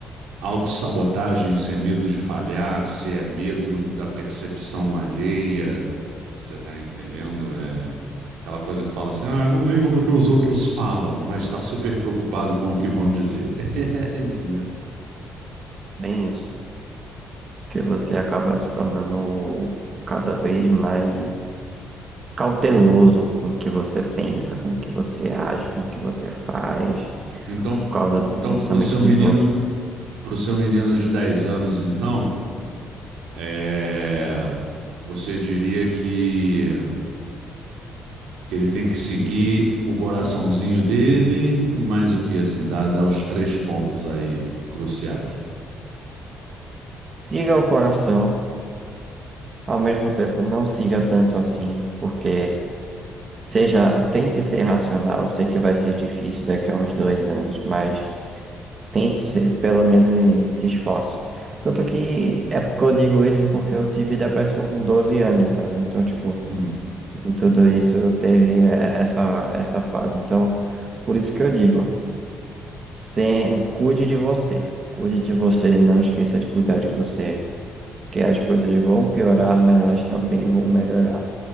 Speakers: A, on the right; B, on the right.
A: autossabotagem, se é medo de falhar, se é medo da percepção alheia. Você tá entendendo? É aquela coisa que fala assim: ah, eu não ligo pro que os outros falam, mas está super preocupado com o que vão dizer. <laughs> Entendeu?
B: bem isso. Que você acaba se tornando cada vez mais cauteloso com o que você pensa,
A: Hum.
B: com o que você age, com o que você faz,
A: Então,
B: por causa do
A: então
B: pensamento
A: pro seu
B: dos
A: menino,
B: outros.
A: pro seu menino de 10 anos, então, é, você diria que, que ele tem que seguir o coraçãozinho dele e mais o que assim, dá, dá os três pontos aí cruciais.
B: Siga o coração, ao mesmo tempo não siga tanto assim, porque seja, tente ser racional. Sei que vai ser difícil daqui a uns dois anos, mas tente ser, pelo menos se esforce. Tanto que é porque eu digo isso porque eu tive depressão com 12 anos, sabe? Então, tipo,
A: Hum.
B: de tudo isso teve eh, essa, essa fase. Então, por isso que eu digo, sem, cuide de você. Cuide de você, não esqueça de cuidar de você. que as coisas vão piorar, mas elas também vão melhorar.